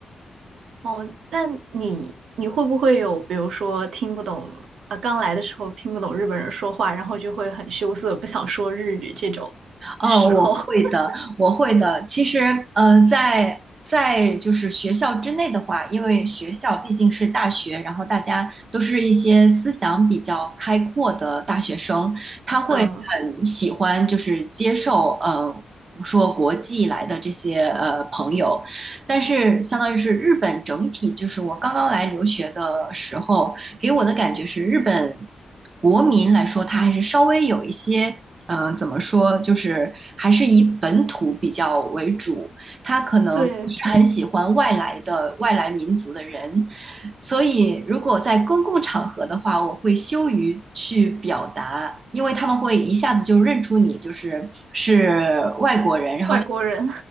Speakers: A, on the right; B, on the right.
A: 哦，那你你会不会有，比如说听不懂，啊，刚来的时候听不懂日本人说话，然后就会很羞涩，不想说日语这种时候？
B: 哦，我会的，
A: <laughs>
B: 我会的。其实，呃，在在就是学校之内的话，因为学校毕竟是大学，然后大家都是一些思想比较开阔的大学生，他会很喜欢就是接受呃说国际来的这些呃朋友，
A: 嗯，
B: 但是相当于是日本整体，就是我刚刚来留学的时候，给我的感觉是日本国民来说，他还是稍微有一些嗯、呃怎么说，就是还是以本土比较为主，他可能不是很喜欢外来的外来民族的人，
A: 对，
B: 所以如果在公共场合的话，我会羞于去表达，因为他们会一下子就认出你就是是外国人，然后。
A: 外国人。